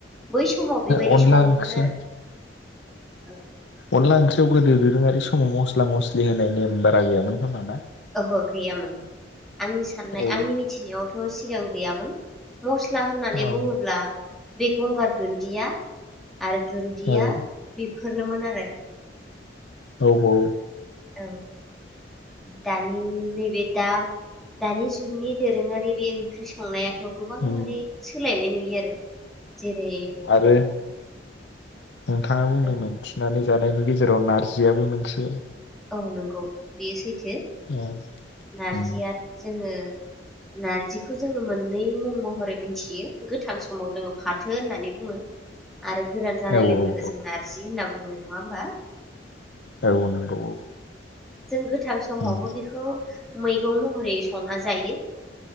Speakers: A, in the centre; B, on the left.
A: बै समाव बेबायदि
B: अनला
A: सङोमोन
B: ओंख्रिया
A: आरो औ
B: अनला ओंख्रियाव गोदो दोरोङारि समाव मसला मसलि होनाय नेम बारा गैयामोन खोमा ना?
A: ओहो गैयामोन आंनि साननाय
B: औ
A: आंनि मिथिनायावथ' सिगां गैयामोन। मसला होननानै
B: औ
A: बुङोब्ला बे गंगार दुन्दिया आरो दुन्दिया
B: औ
A: बे फोरनोमोन आरो।
B: औ औ।
A: औ दानि नैबे दा दानि जुगनि दोरोङारि बे ओंख्रि संनाया गोबां
B: उम
A: माने सोलायनाय नुयो। आरो जेरै
B: आरो नोंथाङा बुंदोंमोन
A: औ
B: थिनानै जानायनि गेजेराव नारजियाबो मोनसे
A: औ नंगौ बेयो सै थो
B: औ
A: नारजिया
B: उम
A: जोङो नारजिखौ जोङो मोननै मुं महरै मोनथियो गोथां समाव जोङो फाथो होननानै बुङो। आरो गोरान जानाय
B: औ
A: लोगो
B: औ
A: लोगो जों नार्जि होनना बुङो नङा होनबा
B: औ औ नंगौ औ
A: जों गोथां समावबो
B: उम
A: बेखौ मैगं महरै संना जायो